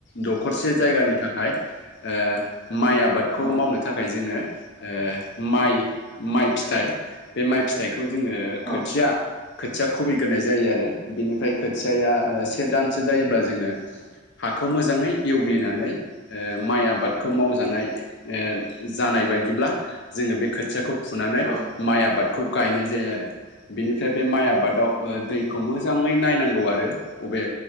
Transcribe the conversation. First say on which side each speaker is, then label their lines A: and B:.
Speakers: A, on the left; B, on the left.
A: दखरसे जायगानि थाखाय ओ माइ आबादखौ
B: औ
A: मावनो थाखाय जोङो ओ माइ माइ फिथाइ बे माइ फिथाइखौ खौ जोङो
B: औ
A: खोथिया खोथिया खुबैग्रोनाय जायो। जायो आरो बेनिफ्राय खोथियाया से दानसो जायोब्ला जोङो हाखौ मोजाङै एवग्लिनानै ओ माइ आबादखौ मावजानाय ओ जानाय बायदिब्ला जोङो बे खोथियाखौ फुनानै
B: औ
A: माइ आबादखौ गायनाय जायो आरो बेनिफ्राय बे माइ आबादाव ओ दैखौ मोजाङै नायनांगौ आरो बबे